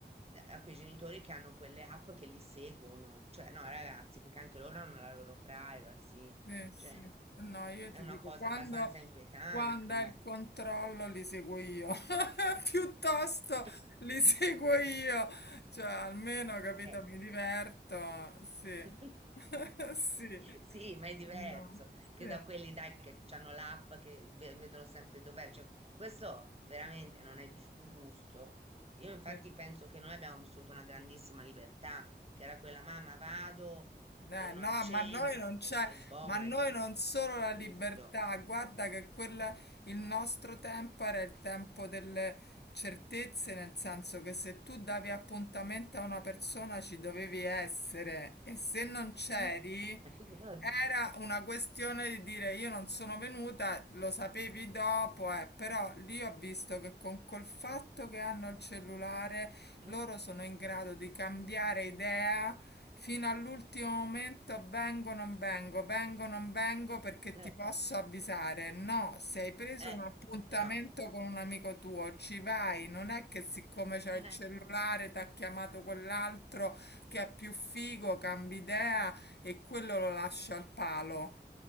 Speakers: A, on the right; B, on the left.
A: eh, a quei genitori che hanno quelle app che li seguono, cioè no, ragazzi, perché anche loro hanno la loro privacy,
B: Eh, sì.
A: cioè
B: Eh No, io
A: è
B: ti
A: una
B: dico,
A: cosa
B: quando,
A: abbastanza inquietante.
B: quando è
A: eh.
B: il controllo li seguo io, <laughs> piuttosto
A: <laughs>
B: li seguo
A: Eh, Sì,
B: io, cioè almeno, capito,
A: eh.
B: mi diverto, sì,
A: <laughs>
B: <laughs> sì,
A: Sì, ma è diverso
B: no,
A: che
B: sì,
A: da quelli dai che hanno l'app che ve- vedono sempre dov'è. Cioè, questo veramente non è giusto. Io infatti
B: sì.
A: penso che noi abbiamo vissuto una grandissima libertà, che era quella mamma, vado,
B: Eh,
A: torno
B: no,
A: a cena,
B: ma noi non c'è,
A: è, è buona,
B: ma noi
A: e chi si
B: non
A: è visto
B: solo
A: si è
B: la
A: visto.
B: libertà, guarda che quella, il nostro tempo era il tempo delle certezze, nel senso che se tu davi appuntamento a una persona ci dovevi essere e se non c'eri,
A: Eh, <laughs> è vero.
B: era una questione di dire io non sono venuta, lo sapevi dopo, eh, però lì ho visto che con col fatto che hanno il cellulare
A: eh,
B: loro sono in grado di cambiare idea fino all'ultimo momento, vengo, non vengo, vengo, non vengo perché
A: eh,
B: ti posso avvisare. No, se hai preso
A: eh,
B: un appuntamento
A: no,
B: con un amico tuo, ci vai, non è che siccome c'è
A: eh,
B: il cellulare ti ha chiamato quell'altro che è più figo, cambi idea e quello lo lascia al palo.